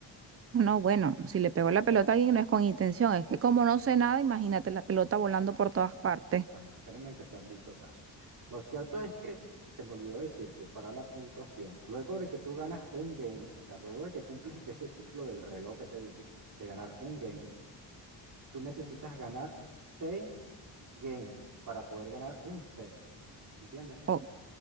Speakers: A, on the right (about 30°); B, on the right (about 50°).
A: no, bueno, si le pego la pelota a alguien no es con intención, es que como no sé nada, imagínate la pelota volando por todas partes.
B: Bueno, créeme que se han visto casos. Lo cierto es que, se me olvidó decirte, para la puntuación, luego de que tú ganas un game, o sea, luego de que cumples ese ciclo del reloj que te digo, de ganar un game, tú necesitas ganar seis games para poder ganar un set, ¿entiendes?
A: Oh,